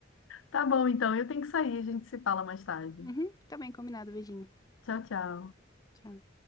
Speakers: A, on the left; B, on the left.
A: Tá bom, então. Eu tenho que sair. A gente se fala mais tarde.
B: Uhum, tá bem, combinado. Beijinho.
A: Tchau, tchau.
B: Tchau.